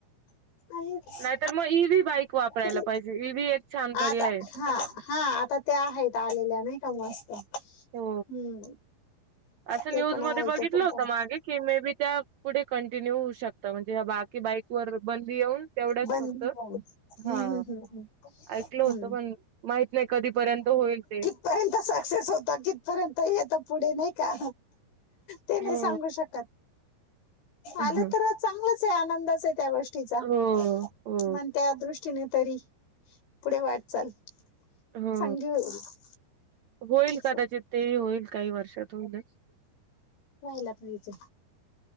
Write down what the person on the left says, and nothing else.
आहेच
कुठे
आता
हा हा आता त्या आहेत आलेल्या नाही का मस्त
हम्म
ते
पण आहे
तो पण
कर
बंदी
आहे. हम्म,
हम्म, हम्म, हम्म,
हम्म.
पर्यंत सक्सेस होता, कितपर्यंत येत पुढे नायी का ते नाही
सांगू शकत.
आलं तर चांगलंच आहे आनंदच आहे त्या गोष् ष्टीचा
किमान त्या दृष्टीने तरी पुढे वाटचाल.
<unintelligible>
असं.
व्हायला पाहिजे